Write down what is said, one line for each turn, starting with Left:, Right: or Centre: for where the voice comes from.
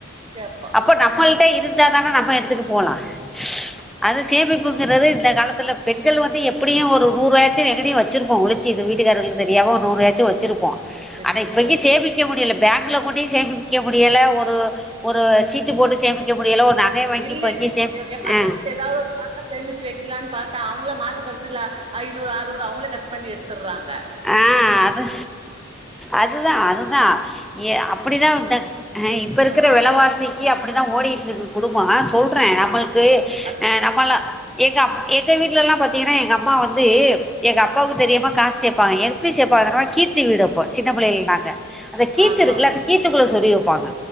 Right: கேப்பா
Centre: அப்போ நம்மள் இருந்தாதானே நம்ம எடுத்துட்டு போலாம்
Right: <inaudible>
Centre: அது சேமிப்புங்கிறது இந்த காலத்துல பெண்கள் வந்து எப்படியும் ஒரு நூறுவாய்ச்சும் எங்கணையும் வச்சிருப்போம் ஒழுச்சு வீட்டுகாரங்ளுக்கு தெரியாம நூறுவாயாச்சும் வச்சிருப்போம்
Right: வச்சிருப்போம்
Centre: அத இப்பய்க்கு சேமிக்க முடியல பேங்க்ல கொண்டி சேமிக்க முடியல ஒரு சீட்டு போட்டு சேமிக்க முடியல ஒரு நகைய வாங்கி
Right: இல்ல
Centre: இப்போக்கி சேமி
Right: எமர்ஜென்சி
Centre: ஆ
Right: ஏதாவது ஒரு நாட்ட சேமிச்சு வைக்கலான்னு பா அவங்களே மாச கடைசில ஐநூறு அறுநூறு அவங்கள கட் பண்ணி எடுத்தறாங்க
Centre: ஆஹ் அது அதுதான் அதுதான் அப்படிதான்ஹ இப்ப இருக்குற
Right: ஆ
Centre: வெளவாசி இப்போதிக்கு அப்படிதான் ஓடிட்டு இருக்கு குடும்பம் சொல்றேன் இருக்கு
Right: அது
Centre: நம்மல்லாம் எங்க எங்க வீட்டுலல்லாம் பாத்தீங்கன்னா எங்க அம்மா வந்து எங்க அப்பாவுக்கு தெரியாம காசு சேப்பாங்க எப்படி சேப்பங்கனா கீத்து வீடு வப்போ சின்ன பிள்ளையில நாங்க அந்த கீத்து
Right: ஆமா
Centre: இருக்குல அ கீத்துக்குள்ள தெரிய வைப்பாங்க